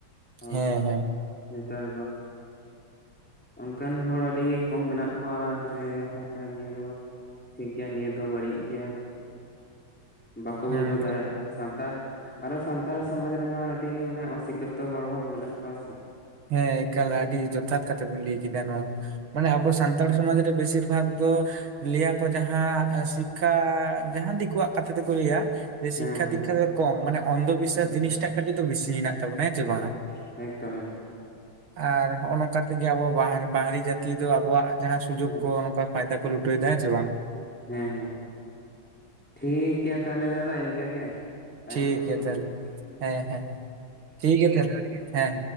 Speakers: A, in the centre; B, on the right.
A: ᱦᱳ
B: ᱦᱮᱸ
A: ᱫᱚ᱾
B: ᱦᱮᱸ
A: ᱱᱮᱛᱟᱨ ᱫᱚ ᱚᱱᱠᱟᱱ ᱦᱚᱲ ᱟᱹᱰᱤ ᱠᱚᱢ ᱢᱮᱱᱟᱜ ᱠᱚᱶᱟ᱾ ᱛᱮ ᱦᱮᱸ, ᱱᱤᱭᱟᱹ ᱫᱚ ᱴᱷᱤᱠ ᱜᱮᱭᱟ ᱱᱤᱭᱟᱹ ᱫᱚ ᱵᱟᱲᱤᱜ ᱜᱮᱭᱟ᱾ ᱵᱟᱠᱚ
B: ᱦᱩᱸ
A: ᱵᱩᱡᱷᱟᱹᱣ ᱫᱟᱲᱮᱭᱟᱜᱼᱟ ᱥᱟᱱᱛᱟᱲ ᱟᱨᱚ ᱥᱟᱱ ᱛᱟᱲ ᱥᱚᱢᱟᱡᱽ ᱨᱮᱢᱟ ᱟᱹᱰᱤ ᱢᱟᱱᱮ ᱚᱥᱤᱠᱷᱤᱛᱚ ᱦᱚᱲ ᱦᱚᱸ ᱢᱮᱱᱟᱜ ᱠᱚᱣᱟ ᱥᱮ᱾
B: ᱦᱮᱸ ᱮᱠᱟᱞ ᱟᱹᱰᱤ ᱡᱚᱛᱷᱟᱛ ᱠᱟᱛᱷᱟ ᱵᱤᱱ ᱞᱟᱹᱭ ᱠᱮᱫᱟ ᱱᱚᱣᱟ᱾
A: ᱦᱮᱸ
B: ᱢᱟᱱᱮ ᱟᱵᱚ ᱥᱟᱱᱛᱟᱲ ᱥᱚᱢᱟᱡᱽ ᱨᱮ ᱵᱮᱥᱤᱨ ᱵᱷᱟᱜᱽ ᱫᱚ ᱞᱟᱹᱭᱟ ᱠᱚ ᱡᱟᱦᱟᱸ ᱮᱸ ᱥᱤᱠᱠᱷᱟ ᱡᱟᱦᱟᱸ ᱫᱤᱠᱩᱣᱟᱜ ᱠᱟᱛᱷᱟ ᱛᱮᱠᱚ ᱞᱟᱹᱭᱟ, ᱡᱮ
A: ᱦᱮᱸ
B: ᱥᱤᱠᱠᱷᱟ
A: ᱦᱮᱸ
B: ᱫᱤᱠᱠᱷᱟ ᱫᱚ ᱠᱚᱢ, ᱢᱟᱱᱮ ᱚᱱᱫᱷᱚ ᱵᱤᱥᱟᱥ
A: ᱮᱠᱫᱚᱢ
B: ᱡᱤᱱᱤᱥ ᱴᱟᱜ ᱠᱟᱹᱴᱤᱡ ᱫᱚ ᱵᱤᱥᱤ ᱦᱮᱱᱟᱜ ᱛᱟᱵᱚᱱᱟ ᱦᱮᱸ ᱪᱮ
A: ᱮᱠᱫᱚᱢ
B: ᱵᱟᱝ?
A: ᱮᱠᱫᱚᱢ ᱮᱠᱫᱚᱢ
B: ᱟᱨ ᱦᱚᱸᱜᱼᱚ ᱱᱚᱝᱠᱟ ᱛᱮᱜᱮ ᱟᱵᱚ ᱵᱟᱦᱟᱨ ᱵᱟᱦᱨᱮ ᱡᱟᱹᱛᱤ ᱫᱚ ᱟᱵᱚᱣᱟᱜ ᱡᱟᱦᱟᱸ ᱥᱩᱡᱳᱜᱽ
A: ᱦᱮᱸ
B: ᱠᱚ ᱱᱚᱝᱠᱟ ᱯᱷᱟᱭᱫᱟ ᱠᱚ ᱞᱩᱴᱟᱹᱣ ᱮᱫᱟ ᱦᱮᱸ ᱪᱮ ᱵᱟᱝ?
A: ᱦᱮᱸ ᱦᱮᱸ, ᱴᱷᱤᱠ ᱜᱮᱭᱟ ᱛᱟᱦᱚᱞᱮ ᱫᱟᱫᱟ ᱤᱱᱠᱟᱹ ᱜᱮ᱾ ᱴᱟᱭᱤᱢ
B: ᱴᱷᱤᱠ
A: ᱠᱚ
B: ᱜᱮᱭᱟ
A: ᱦᱩᱭ
B: ᱛᱟᱦᱚᱞᱮ
A: ᱥᱟᱹᱛ ᱮᱱᱟ
B: ᱦᱮᱸ ᱦᱮᱸ, ᱴᱷᱤᱠ ᱜᱮᱭᱟ ᱛᱟᱦᱚᱞᱮ, ᱦᱮᱸ᱾